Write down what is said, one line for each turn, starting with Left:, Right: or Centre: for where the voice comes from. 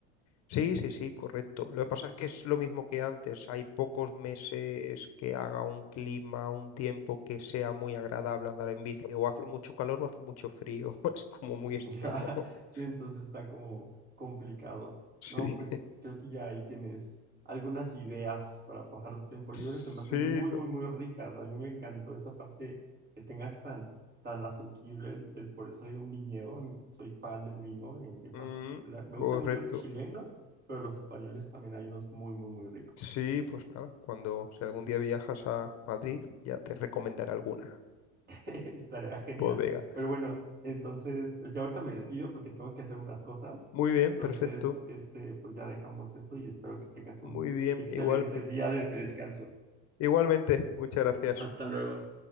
Left: Sí, sí, sí, correcto. Lo que pasa es que es lo mismo que antes. Hay pocos meses que haga un clima, un tiempo que sea muy agradable andar en bici. O hace mucho calor o hace mucho frío. <laughs> Es como muy extremo.
Right: Ya, <laughs>
Left: <laughs>
Right: sí, entonces está como complicado,
Left: Sí.
Right: ¿no? Pues creo que ya ahí tienes algunas ideas para pasar tu tiempo libre.
Left: Sí,
Right: Se me hacen muy,
Left: to-
Right: muy, muy ricas. A mí me encantó esa parte que tengas tan, tan asequible el, el poder salir a un viñedo. Soy fan del vino en, en
Left: Mm,
Right: particular. Me
Left: correcto.
Right: gusta mucho el chileno, pero los españoles también hay unos muy, muy, muy ricos.
Left: Sí, pues nada. Cuando, si algún día viajas a Madrid, ya te recomendaré alguna
Right: <laughs> Estaría genial.
Left: bodega.
Right: Pero bueno, entonces, ya ahorita me despido porque tengo que hacer unas cosas.
Left: Muy bien, perfecto.
Right: Entonces, este, pues ya dejamos esto y espero que tengas un
Left: Muy bien,
Right: excelente
Left: igualme-
Right: día de descanso.
Left: igualmente. Muchas gracias.
Right: Hasta luego.